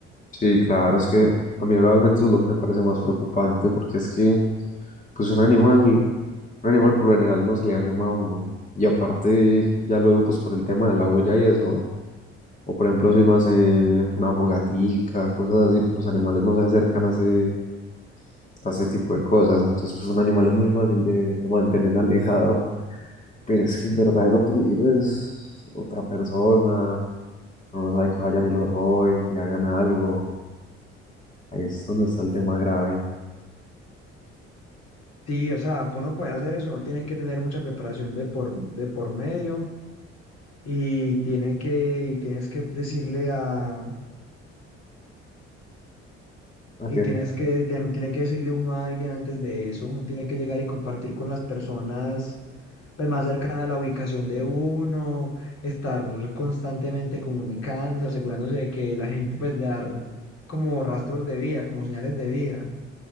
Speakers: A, on the left; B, on the left.
A: Sí, claro, es que a mí realmente es lo que me parece más preocupante, porque es que, pues un animal, un animal por lo general no se le arrima a uno. Y aparte, ya luego, pues por el tema de la huella y eso, o por ejemplo, si uno hace una fogatica, cosas así, pues los animales no se acercan a ese, a ese tipo de cosas. Entonces, pues un animal es muy fácil de de mantener alejado. Pero es que el verdadero peligro es otra persona, uno no sabe que vayan y lo roben, que hagan algo. Ahí es donde está el tema grave.
B: Sí, o sea, para uno poder hacer eso, uno tiene que tener mucha preparación de por, de por medio y tiene que, y tienes que decirle a,
A: Ok.
B: Y tienes que, te- tiene que decirle uno a alguien antes de eso, uno tiene que llegar y compartir con las personas pues, más cercanas a la ubicación de uno, estar constantemente comunicándose, asegurándose de que la gente pues dar como rastros de vida, como señales de vida.